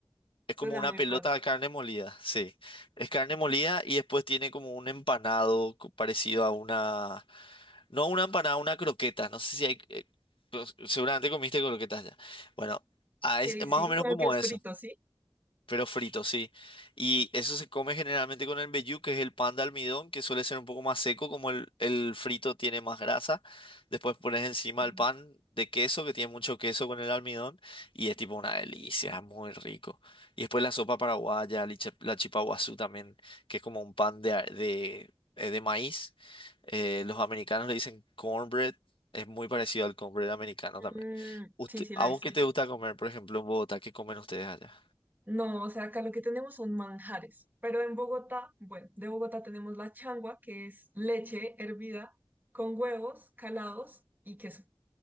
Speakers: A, on the left; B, on the right.
A: es
B: Suena
A: como una
B: muy
A: pelota
B: raro.
A: de carne molida, sí. Es carne molida y después tiene como un empanado co- parecido a una, no una empanada, una croqueta. No sé si hay, eh, pues, seguramente comiste croquetas ya. Bueno, ah,
B: Ok,
A: es
B: sí,
A: más o menos
B: como
A: como
B: que es
A: eso.
B: frito, ¿sí?
A: Pero frito, sí. Y eso se come generalmente con el mbejú, que es el pan de almidón, que suele ser un poco más seco, como el, el frito tiene más grasa. Después pones encima
B: Sí.
A: el pan de queso, que tiene mucho queso con el almidón, y es tipo una delicia, es muy rico. Y después la sopa paraguaya, la chipa la chipa guazú también, que es como un pan de, a- de, eh, de maíz. Eh, los americanos le dicen cornbread, es muy parecido al cornbread americano
B: Mm,
A: también. Usted-
B: sí, sí,
A: ¿a
B: lo hizo.
A: vos qué te gusta comer, por ejemplo, en Bogotá? ¿Qué comen ustedes allá?
B: No, o sea, acá lo que tenemos son manjares, pero en Bogotá, bueno, de Bogotá tenemos la changua, que es leche hervida con huevos calados y queso.